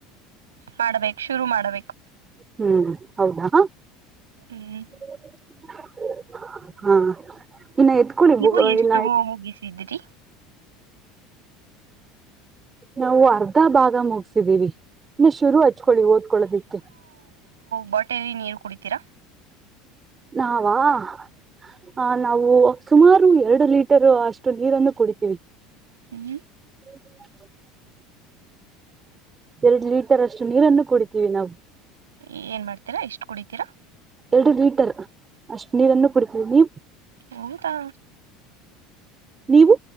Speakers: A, on the right; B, on the right.
A: ಮಾಡ್ಬೇಕಕ್ ಶುರು ಮಾಡ್ಬೇಕು
B: ಹ್ಮ್ ಹೌದಾ
A: ಹ್ಮ್
B: <unintelligible> ಹಾ ಇನ್ನ ಎತ್ಕೊಳ್ಳಿ
A: ನೀವು
B: ಬ
A: ಎಷ್ಟು
B: ಇನ್ನ
A: ಮುಗಿಸಿದ್ರಿ
B: ನಾವು ಅರ್ಧ ಭಾಗ ಮುಗಸವಿ ಇ ಶುರು ಹಚ್ಕೊಳ್ಳಿ ಓದ್ಕೊೊಳ್ಳದಿಕ್ಕೆ
A: ಹೋಟೆಲ್ ನೀರು ಕುಡಿತೀರಾ
B: ನಾವ ಹ ನಾವು ಸುಮಾರು ಎರಡು ಲೀಟರ್ ಅಷ್ಟು ನೀರನ್ನು ಕುಡಿತೀವಿ
A: ಹ್ಮ್
B: <unintelligible> ಎರಡ್ ಲೀಟರ್ ಅಷ್ಟು ನೀರನ್ನು ಕುಡಿತೀವಿ ನಾವು
A: ಏನ್ ಮಾಡ್ತೀರಾ ಎಷ್ಟು ಕುಡಿತೀರಾ
B: ಎರಡು ಲೀಟರ್ ಅಷ್ಟ್ ನೀರನ್ನು ಕುಡತೀರಿ ನೀ
A: ಹೌದಾ
B: ನೀವು